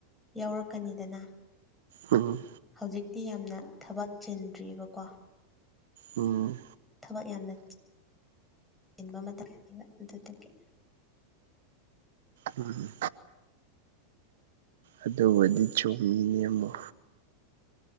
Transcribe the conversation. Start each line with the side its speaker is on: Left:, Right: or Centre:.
Centre: ꯌꯥꯎꯔꯛꯀꯅꯤꯗꯅ
Right: ꯑꯣ
Centre: ꯍꯧꯖꯤꯛꯇꯤ ꯌꯥꯝꯅ ꯊꯕꯛ ꯆꯤꯟꯗ꯭ꯔꯤꯑꯔꯤꯕꯀꯣ
Right: ꯎ
Centre: ꯊꯕꯛ ꯌꯥꯝꯅ ꯆꯤꯟꯕ ꯃꯇꯝꯅꯦꯕ ꯑꯗꯨꯗꯒꯤ
Right: ꯎꯝ ꯑꯗꯨꯕꯨꯗꯤ ꯆꯨꯝꯃꯤꯅꯦ ꯑꯃ ꯑꯃꯨ